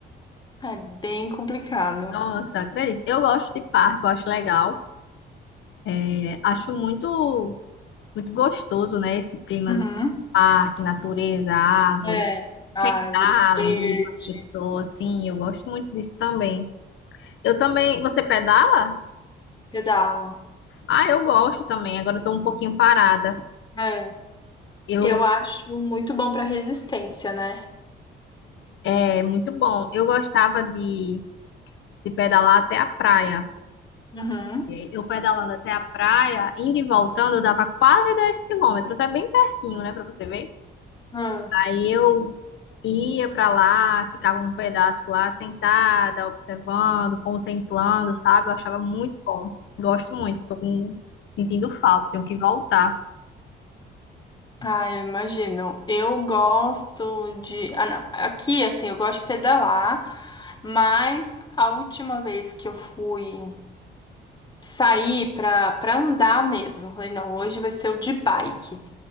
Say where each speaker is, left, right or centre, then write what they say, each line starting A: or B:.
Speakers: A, on the left; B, on the left.
A: É bem complicado.
B: Nossa, acredito. Eu gosto de parque, eu acho legal. É, acho muito, muito gostoso, né? Esse clima,
A: Uhum.
B: parque, natureza, árvore.
A: É,
B: Sentar
A: árvore verde,
B: ali com as pessoas, assim, eu gosto muito disso também. Eu também. Você pedala?
A: pedala.
B: Ah, eu gosto também. Agora eu tô um pouquinho parada.
A: É.
B: Eu,
A: Eu acho muito bom pra resistência, né?
B: é muito bom. Eu gostava de, de pedalar até a praia.
A: Uhum.
B: Eu pedalando até a praia, indo e voltando, dava quase 10 quilômetros. É bem pertinho, né, pra você ver.
A: Ah.
B: Aí eu ia pra lá, ficava um pedaço lá, sentada, observando, contemplando, sabe? Eu achava muito bom. Gosto muito. Tô com, sentindo falta, tenho que voltar.
A: Ah, eu imagino. Eu gosto de. Ah, não. Aqui, assim, eu gosto de pedalar, mas a última vez que eu fui sair pra, pra andar mesmo, eu falei, não, hoje vai ser o de bike.